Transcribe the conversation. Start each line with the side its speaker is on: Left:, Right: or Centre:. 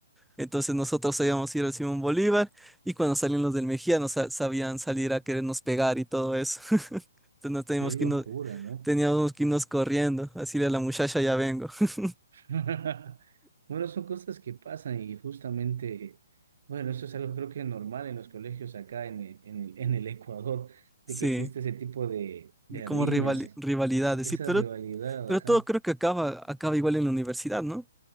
Centre: Entonces nosotros sabíamos ir al Simón Bolívar y cuando salían los del Mejía nos sa- sabían salir a querernos pegar y todo eso. <laughs> Entonces nos teníamos
Right: Qué locura,
Centre: que irnos,
Right: ¿no?
Centre: teníamos que irnos corriendo, así a la muchacha ya vengo. <laughs>
Right: <laughs> Bueno, son cosas que pasan y justamente, bueno, eso es algo creo que normal en los colegios acá en el, en el, en el Ecuador,
Centre: Sí,
Right: de que existe ese tipo de, de
Centre: como
Right: riñas,
Centre: rival,
Right: eh,
Centre: rivalidades.
Right: sí, esa
Centre: Sí, pero
Right: rivalidad,
Centre: Pero
Right: ajá,
Centre: todo creo que acaba, acaba igual en la universidad, ¿no?